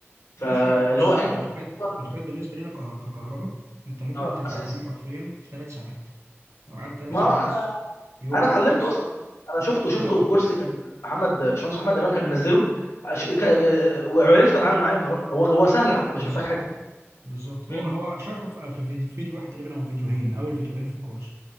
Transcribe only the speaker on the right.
يا باشا بص
الاوتوكاد
الاوتوكاد بالنسبة لنا كهر- ككهرباء انت ممكن
تتعلمه
حرفيا في ثلاث ساعات لو قعدت ثلاث
ساعات
بس في يوم
واحد
بس
اه
بالظبط
بالظبط
هو هو شرحه في في فيديو فيديو واحد تقريبا او فيديوهين اول فيديوهين في الكورس